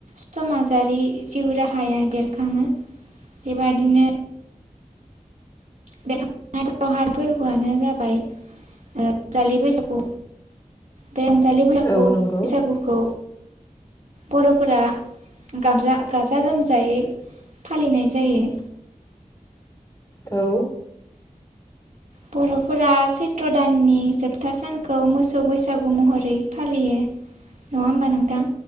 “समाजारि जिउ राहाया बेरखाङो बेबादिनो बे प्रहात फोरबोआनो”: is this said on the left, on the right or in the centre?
Right